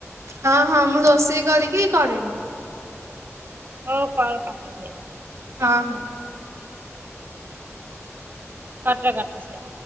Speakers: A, on the right; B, on the right.
A: ହଁ ହଁ ମୁଁ ରୋଷେଇ କରିକି କରିବି।
B: ହଉ କର ତମ ରୋଷେଇ।
A: ହଁ ହଁ।
B: କାଟ କାଟୁସେ